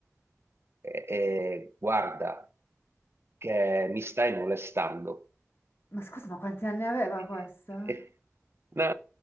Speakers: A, on the right; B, on the left.
A: e, e guarda che mi stai molestando.
B: Ma scusa, ma quanti anni aveva
A: E-
B: questa?
A: e- ma